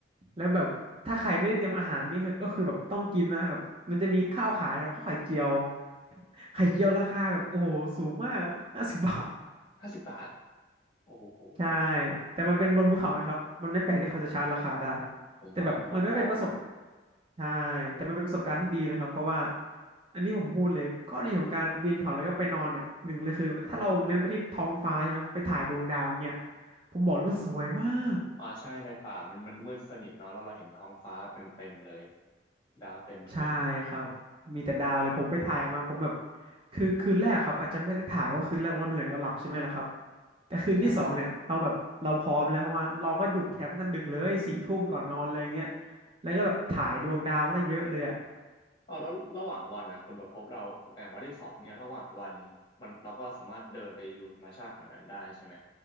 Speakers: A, on the right; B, on the left.
A: แล้วแบบถ้าใครไม่ได้เตรียมอาหารวันนี้คือก็คือแบบต้องกินนะครับมันจะมีข้าวขายครับข้าวไข่เจียวไข่เจียวราคาแบบโอ้โหสูงมากห้าสิบบาท
B: ห้าสิบบาทโอ้โห
A: ใช่ แต่มันเป็นบนภูเขาไงครับ มันไม่แปลกที่เขาจะชาร์จราคาได้
B: ผมฟังแล้วผมก็ท้อนะ
A: แต่แบบมันก็เป็นประสบใช่แต่มันเป็นประสบการณ์ที่ดีนะครับ เพราะว่า อันนี้ผมพูดเลยข้อดีของการปีนเขาแล้วก็ไปนอนเนี่ย หนึ่งเลยคือถ้าเราเน้นไปที่ท้องฟ้าใช่ไหม ไปถ่ายดวงดาวเนี่ยผมบอกเลยว่าสวยมาก
B: อ่าใช่ในป่ามันมันมืดสนิทเนาะแล้วเราเห็นท้องฟ้าเต็มเต็มเลยดาวเต็มเต็ม
A: ใช่ครับ มีแต่ดาวเลยผมไปถ่ายมาผมแบบ คือคืนแรกครับอาจจะไม่ได้ถ่ายเพราะคืนแรกเราเหนื่อยเราหลับใช่ไหมล่ะครับ แต่คืนที่สองเนี่ยเราแบบเราพร้อมแล้วเพราะว่าเราก็อยู่แคมป์กันดึกเลยสี่ทุ่มก่อนนอนอะไรเงี้ย
B: ใช่ใช่
A: แล้วก็แบบถ่ายดวงดาวมาได้เยอะเลยอ่ะ
B: อ๋อแล้วระหว่างวันอ่ะคุณประพบเราแองวันที่สองเนี่ยระหว่างวันมันเราก็สามารถเดินไปดูธรรมชาติแถวนั้นได้ใช่ไหม